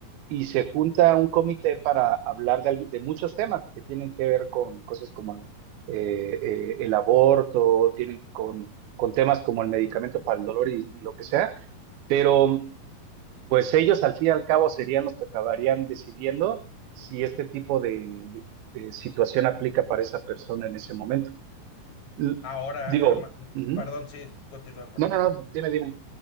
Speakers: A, on the right; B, on the left.
A: y se junta un comité para hablar de, algu- de muchos temas que tienen que ver con cosas como eh, eh, el aborto, tienen con, con temas como el medicamento para el dolor y, y lo que sea, pero pues ellos al fin y al cabo serían los que acabarían decidiendo si este tipo de, de situación aplica para esa persona en ese momento. L-
B: Ahora,
A: digo,
B: hermano,
A: ujú.
B: perdón, sí, continúa, perdón.
A: No, no, no, dime, dime.